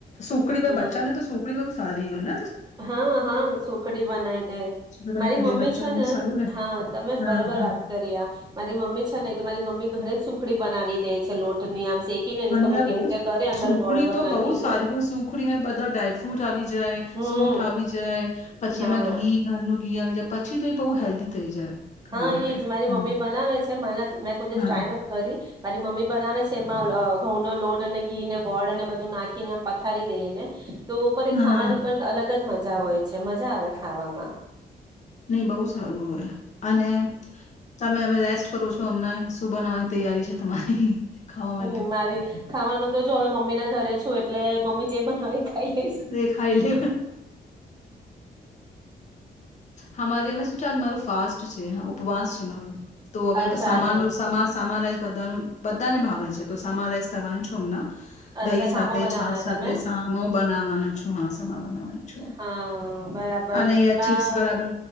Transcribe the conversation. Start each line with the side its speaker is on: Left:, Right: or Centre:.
Left: સુખડી ભાઈ
Right: હમ.
Left: બચ્ચાને તો સુખડી સારીઓન
Right: હા હા સુખડી બનાવી દે
Left: સુખડી બનાવી
Right: મારી મમ્મી
Left: દે બચ્ચોને
Right: છે ને
Left: સારું
Right: હા તમે
Left: હા
Right: બરોબર
Left: હા
Right: વાત કરી આ મારી મમ્મી છે ને તો મારી મમ્મી ઘરે સુખડી ખડી બનાવી દે છે લોટની આમ શેકીને નહી
Left: અને
Right: ખબર કેવી
Left: બઉ
Right: રીતે કરે અંદર
Left: સુખડી
Right: ગોળ વોળ
Left: તો
Right: નાખીને
Left: બહુ જ સારી સુખડીમાં બધા ડ્રાયફ્રુટ આવી જાય
Right: હમ
Left: સુંઠ આવી જાય પછી
Right: હા
Left: એમાં ઘી ઘરનું <unintelligible> બહુ હેલ્ધી થઈ જાય ખાવા
Right: હા
Left: માટે
Right: એજ
Left: હા
Right: મારી મમ્મી બનાવે છે મને મેં કોઈ દીવસ
Left: હા
Right: ટ્રાય નથી કરી મારી મમ્મી બનાવે છે, એમાં ઘઉં નો લોટ, અને ઘી, ને ગોળ, અને બધું નાખીને આમ પથારી દઈને. તો પર એ
Left: હા
Right: ખાવાની
Left: હા
Right: પણ અલગ કજ મજા હોય છે, મજા આવે ખાવામાં.
Left: નહી બહુ સારું હોય. અને તમે અવે શુ કરું છું અમના શું બનાવવાની તૈયારી છે તમારી? ખાવા માટે
Right: હમ્મ મારી ખાવાનું તો જો હવે મમ્મી ના ઘરે છું એટલે મમ્મી જે બનાવે. ખાઈ લઈશ.
Left: એ ખાઈ લે. હામારી અમને શું ચાજ મારું ફાસ્ટ છે. ઉપવાસ છે મારો તો હવે
Right: અચ્છા
Left: સામાનમા
Right: આજે
Left: સામાન બધા બધાને ભાવે છે, તો સામા રઇસ કરવાની છું અમના.
Right: અચ્છા
Left: દહી સાથે,
Right: સામો બનાવવાના
Left: છાસ સાથે
Right: તમે એમ
Left: સામ બનાવાનું છું હ સમા બનાવાનું છ
Right: હા બરાબર
Left: અને અયા
Right: માં
Left: ચીપ્સ બરાબર